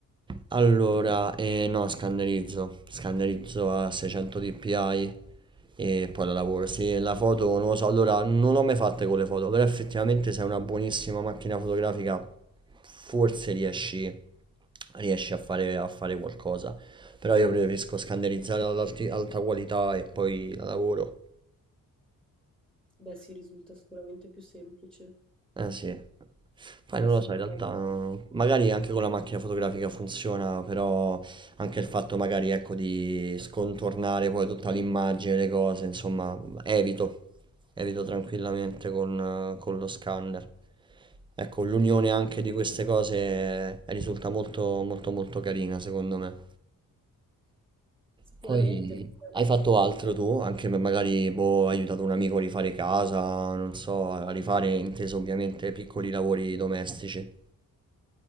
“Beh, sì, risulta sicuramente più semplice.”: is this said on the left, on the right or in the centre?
Centre